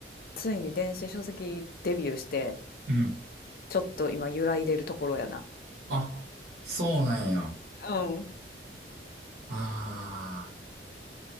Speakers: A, on the left; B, on the right.
A: ついに電子書籍デビューして、
B: うん
A: ちょっと今揺らいでるところやな。
B: あ、そうなんや。
A: うん。
B: あ